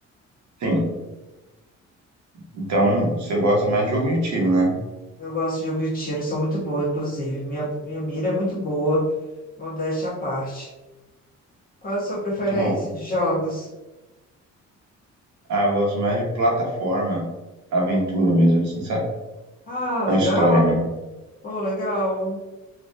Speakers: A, on the right (about 70°); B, on the left (about 30°).
A: sim. Então, você gosta mais de jogo de tiro, né?
B: Eu gosto de jogo de tiro, sou muito boa, inclusive. Minha, minha mira é muito boa, modéstia à parte. Qual a sua preferência
A: Muito bom.
B: de jogos?
A: Ah, eu gosto mais de plataforma, aventura mesmo, assim, sabe?
B: Ah,
A: Com
B: legal.
A: a história mesmo.
B: oh legal.